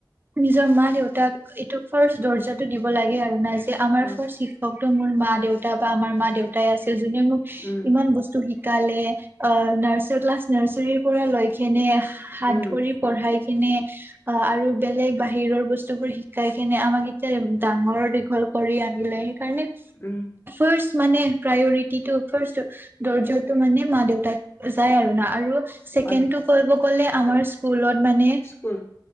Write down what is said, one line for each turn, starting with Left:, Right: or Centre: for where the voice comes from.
Right: নিজৰ মা-দেউতাক এইটো ফাৰ্ষ্ট দৰ্জাটো দিব লাগে আৰু নাই যে আমাৰ
Left: অ'।
Right: ফাৰ্ষ্ট শিক্ষক মোৰ মা-দেউতা বা আমাৰ মা-দেউতাই আছিল জোনে মোক
Left: উম,
Right: ইমান বস্তু শিক কালে, অ', নাৰ্চাৰ ক্লাছ নাৰ্চাৰীৰ পৰা লৈকেনে হাত
Left: উম,
Right: ধৰি পঢ়াই কিনে, অ', আৰু বেলেগ বাহিৰৰ বস্তুবোৰ শিকাই কিনে আমাক এতিয়া ডাঙৰ দীঘল কৰি আনিলে‌ সেইকাৰণে
Left: উম।
Right: ফাৰ্ষ্ট মানে প্ৰায়ৰিটিটো ফাৰ্ষ্ট দৰ্জাটো মানে মা-দেউতাক যায় আৰু না আৰু ছেকেণ্ডটো
Left: হয়,
Right: কইব গলে আমাৰ স্কুলত মানে
Left: স্কুল